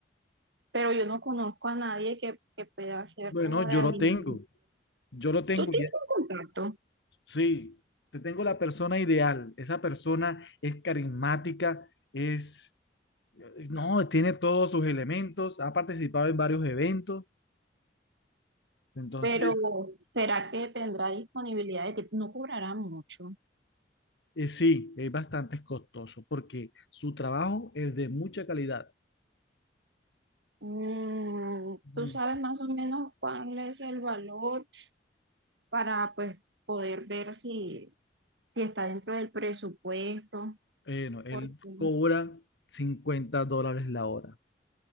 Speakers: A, on the right; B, on the left.
A: pero yo no conozco a nadie que, que pueda hacer
B: Bueno,
A: como
B: yo
A: de animal.
B: lo tengo, yo lo tengo,
A: Tú tienes
B: y es-
A: un contacto,
B: sí, te tengo la persona ideal, esa persona es carismática, es, no, tiene todos sus elementos, ha participado en varios eventos, entonces...
A: pero ¿será que tendrá disponibilidad de tipo No cobrará mucho.
B: Eh, sí, es bastante costoso porque su trabajo es de mucha calidad.
A: Mm, ¿tú
B: Mm,
A: sabes más o menos cuál es el valor? para pues poder ver si, si está dentro del presupuesto,
B: eh, no, él
A: porque
B: cobra 50 dólares la hora,